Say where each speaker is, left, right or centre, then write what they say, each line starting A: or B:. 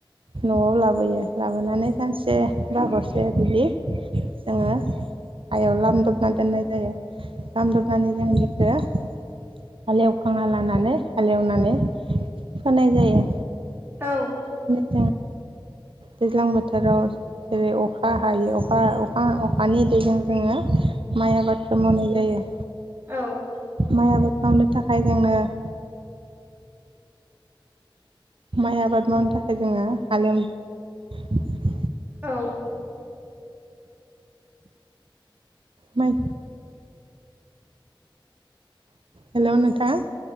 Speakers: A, on the right; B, on the right.
A: न'आव लाबोयो। लाबोनानै सानसे, बा हरसे बिदि, जोङो हायाव लामदबना दोननाय जायो। लामदबनानै जों खो <inaudible> हाल एवखांना लानानै हालेवनानै होनाय जायो।
B: औ।
A: उम दैज्लां बोथोराव जेरै अखा हायो अखा अखा अखानि दैजों जोङो माइ आबादखौ मावनाय जायो।
B: औ
A: माइ आबाद मावनो थाखाय जोंनो <inaudible> माइ आबाद मावनो थाखाय जोङो हालेव
B: औ।
A: माय हेलौ नोंथा।